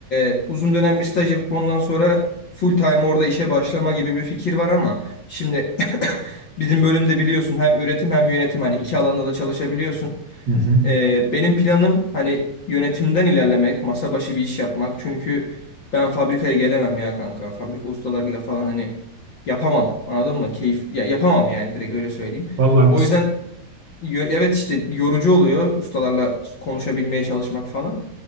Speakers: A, on the left (about 45°); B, on the right (about 55°).
A: e, uzun dönem bir staj yapıp ondan sonra full time orada işe başlama gibi bir fikir var ama şimdi <coughs> <laughs> bizim bölümde biliyorsun hem üretim hem yönetim hani iki alanda da çalışabiliyorsun.
B: Hı hı.
A: E, benim planım hani yönetimden ilerlemek, masa başı bir iş yapmak. Çünkü ben fabrikaya gelemem ya kanka. Fabrika ustalarıyla falan hani yapamam. Anladın mı? Keyif ya yapamam yani direkt öyle söyleyeyim.
B: Vallahi haklısın.
A: O yüzden Yo- Evet işte yorucu oluyor ustalarla konuşabilmeye çalışmak falan.